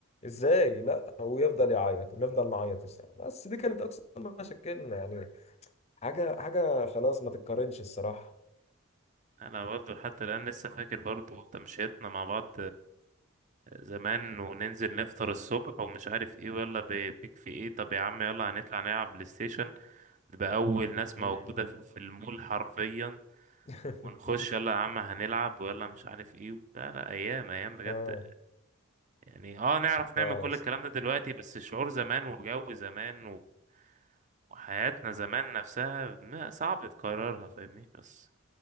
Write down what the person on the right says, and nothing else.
انا برضه حتى الان لسه فاكر برضه تمشيتنا مع بعض زمان وننزل نفطر الصبح ومش عارف ايه ولا بي- بيك في ايه طب يا عم يلا هنطلع نلعب بلاي ستيشن نبقى اول ناس
موجوده في المول حرفيا
ونخش يلا يا عم هنلعب ويلا مش عارف ايه لا لا ايام ايام بجد
يعني اه نعرف نعمل
كل الكلام ده دلوقتي بس شعور زمان وجو زمان وحياتنا زمان نفسها ما صعب تكررها فاهمني بس